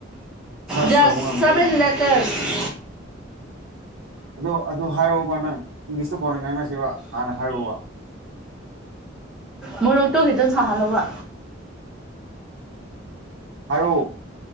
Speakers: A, on the right; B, in the centre.
A: ꯁꯔ꯭ꯁ
B: ꯖꯁ
A: ꯇꯧꯕ ꯉꯝꯗ꯭ꯔꯦ
B: ꯁꯚꯦꯟ
A: ꯑꯩꯒꯤ꯫
B: ꯂꯦꯇꯔꯁ
A: ꯑꯗꯣ ꯑꯗꯣ ꯍꯥꯏꯌꯣꯕ ꯅꯪ ꯏꯪꯂꯤꯁꯇꯣ ꯀꯣꯟꯅ ꯉꯥꯡꯅꯁꯦꯕ ꯍꯥꯟꯅ ꯍꯥꯏꯌꯣꯕ꯫
B: ꯃꯣꯔꯣꯛꯇꯣ ꯈꯤꯇꯪ ꯁꯍꯜꯂꯣꯕ꯫
A: ꯍꯥꯏꯔꯣ꯫